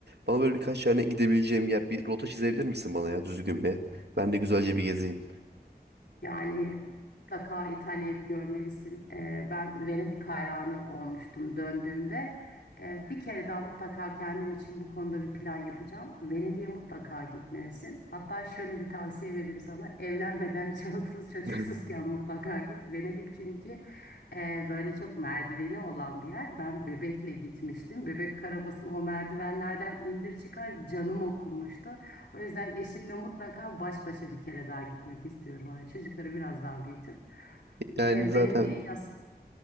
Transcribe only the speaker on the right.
Bana böyle birkaç tane gidebileceğim yer bir rota çizebilir misin bana ya düzgün bir? Ben de güzelce bir gezeyim.
<laughs>
Yani
zaten